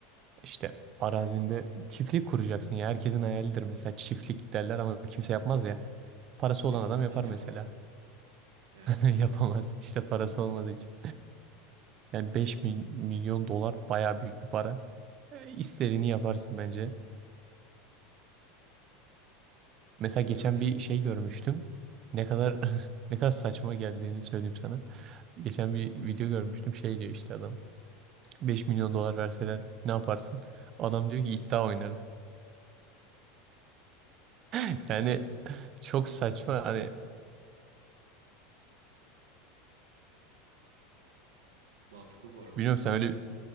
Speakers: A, on the right; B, on the right.
A: İşte arazinde çiftlik kuracaksın ya herkesin hayalidir mesela çiftlik derler ama kimse yapmaz ya. Parası
B: Yapmaz
A: olan adam yapar
B: değil yapamaz.
A: mesela.
B: Evet
A: <laughs>
B: para
A: Yapamaz
B: lazım.
A: işte parası olmadığı için. Yani 5 milyon dolar baya büyük bir para. E, İstediğini yaparsın bence. Mesela
B: Bilmiyorum
A: geçen
B: ya.
A: bir şey görmüştüm. Ne kadar <laughs> ne kadar saçma geldiğini söyleyeyim sana. Geçen bir video görmüştüm. Şey diyor işte adam. 5 milyon dolar verseler ne yaparsın? Adam diyor ki iddia oynarım. <laughs> Yani çok saçma hani
B: Mantıklı bu arada.
A: bilmiyorum sen öyle